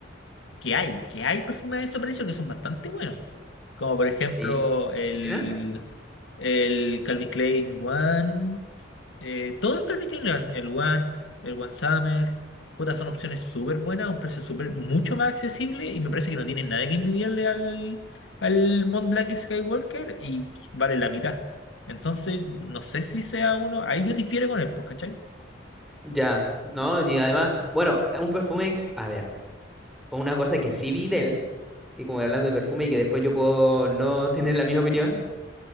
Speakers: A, on the left; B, in the centre.
A: Que hay, que hay perfumes de ese precio que son bastante buenos. Como por ejemplo
B: Sí.
A: el,
B: Dime.
A: el Calvin Klein One. Eh, todos los Calvin Klein, el One, el One Summer, puta, son opciones súper buenas, a un precio súper mucho más accesible y me parece que no tienen nada que envidiarle al, al Mont Blanc y Skywalker y vale la mitad. Entonces, no sé si sea uno, ahí yo difiero con él, pues, ¿cachai?
B: Ya. No, y además, bueno, un perfume. A ver, una cosa que sí vi de él. y como hablando de perfume y que después yo puedo no <laughs> tener la misma opinión,